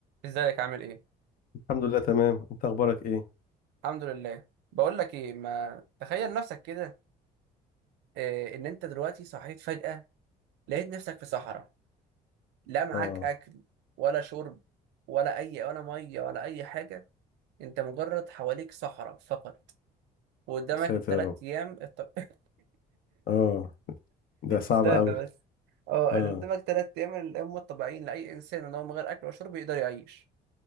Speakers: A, on the right; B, on the left.
A: ازيك عامل ايه
B: الحمد لله تمام انت اخبارك ايه
A: الحمد لله بقول لك ايه ما تخيل نفسك كده إيه ان انت دلوقتي صحيت فجأة لقيت نفسك في صحراء لا معاك
B: اه
A: اكل ولا شرب ولا اي ولا ميه ولا اي حاجة انت مجرد حواليك صحراء فقط وقدامك
B: يا ساتر
A: الثلاث
B: يا رب
A: ايام الط... <laughs>
B: اه ده صعب
A: استنى
B: قوي
A: بس اه
B: اه
A: قدامك ثلاث ايام اللي هم الطبيعيين لاي انسان ان هو من غير اكل وشرب يقدر يعيش